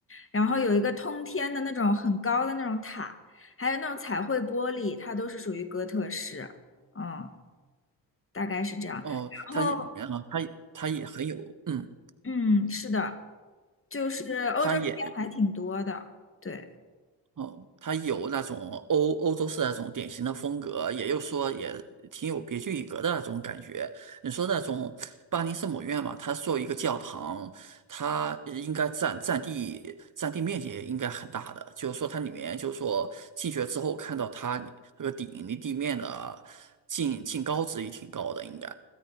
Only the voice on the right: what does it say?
哦，
它也，呃，它它也很有，嗯，
它也。
哦，它有那种欧欧洲式那种典型的风格，也就是说也挺有别具一格的那种感觉。你说那种巴黎圣母院嘛，它作为一个教堂，它应该占占地占地面积也应该很大的，就是说它里面就是说进去了之后看到它那个顶离地面的近近高值也挺高的，应该。